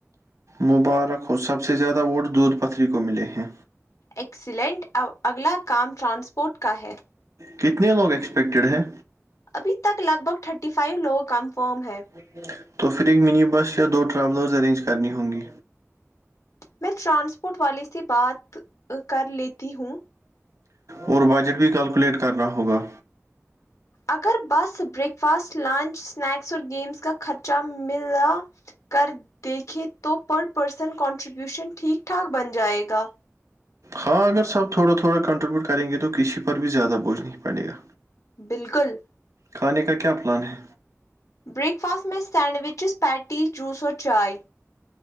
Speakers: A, on the right; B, on the left.
A: مبارک ہو سب سے زیادہ ووٹ دودھ پتری کو ملے ہیں
B: ایکسیلینٹ آ اگلا کام ٹرانسپورٹ کا ہے
A: کتنے لوگ ایکسپیکٹیڈ ہیں
B: ابھی تک لگ بھگ تھرٹی فائیو لوگ کنفرم ہے
A: <unintelligible> تو پھر ایک منی بس یا دو ٹراولرز ارینج کرنی ہوں گی
B: میں ٹرانسپورٹ والے سے بات کر لیتی ہوں
A: اور بجٹ بھی کلکولیٹ کرنا ہوگا
B: اگر بس بریک فاسٹ لنچ اسنیکس اور گیمس کا خرچہ ملا کر دیکھیں تو پر پرسن کنٹریبیوشن ٹھیک ٹھاک بن جائے گا
A: ہاں اگر سب تھوڑا تھوڑا کنٹریبیوٹ کریں گے تو کسی پر بھی زیادہ بوجھ نہیں پڑے گا
B: بالکل
A: کھانے کا کیا پلان ہے
B: بریک فاسٹ میں سینڈوچز پیٹی جوس اور چائے